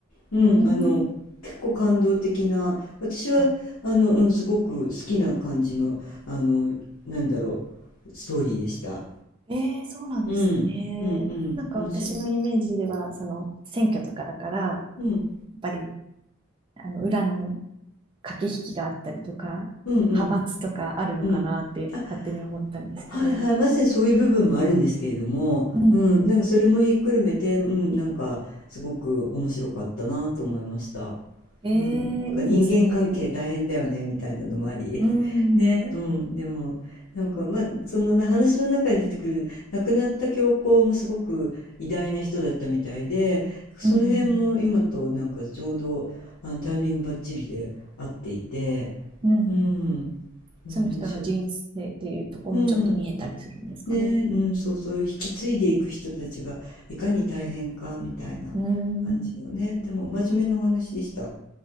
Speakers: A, on the left; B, on the right.
A: うん、
B: うん。
A: あの、
B: うん。
A: 結構感動的な、私は、
B: あ、
A: あの、うん、すごく好きな感じの、あの、なんだろう、ストーリーでした。
B: ええそうなんですね。
A: うん、うん、うん、
B: なんか私のイメージでは、
A: 面白い。
B: その、選挙とかだから、や
A: うん、
B: っぱり、あの、裏の駆け引きがあったりとか、
A: うん、うん、
B: 派閥とかあるのかなって勝手に思ったんですけど。
A: うん。あ、はいはい、まさにそういう部分もあるんですけれども、
B: うんう
A: うん、なんかそれもひっくるめて、うん、なんかすごく面白かったなと思いました。
B: ん。え
A: うん、なんか人間関係大変だよねみたいなのもあり
B: えいいですね。うん。
A: <laughs> ね、うん、でもなんか、ま、そのな話の中に出てくる亡くなった教皇もすごく偉大な人だったみたいでその辺も今となんかちょうどあのタイミングばっちりで合っていて、
B: うんうんうん。うんうんうん。
A: うん、うん、
B: その人の人生っていうとこもちょっと見えたりするんですかね。
A: 面白い。うんね、うん、そうそういう引き継いでいく人たちがいかに大変かみたいな感じのねでも真面目なお話でした。
B: うーん。